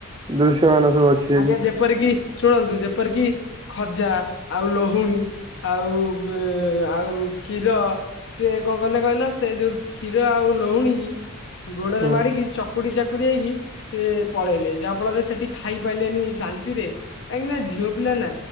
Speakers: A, on the right; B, on the left.
A: ଦୃଶ୍ୟମାନ ସବୁ ଅଛି
B: ଆଜ୍ଞା ଯେପରି କି ଶୁଣନ୍ତୁ ଯେପର କିି ଖଜା ଆଉ ଲହୁଣୀ। ଆଉ ଆଉ କ୍ଷୀର ସେ କଣ କଲେ କହିଲ ସେ ଯୋଉ କ୍ଷୀର ଆଉ ଲୋଉଣିକି ଗୋଡରେ
A: ହୁଁ
B: ମାଡିକି ଚକୁଡି ଚାକୁ ଖୁଡି ହେଇକି ସେ ପଳେଇଲେ ଯାହା ଫଳରେ ସେଠି ଖାଇ ପାଇଲେନି ଶାନ୍ତିରେ କାହିଁକି ନା ଝିଅ ପିଲା ନା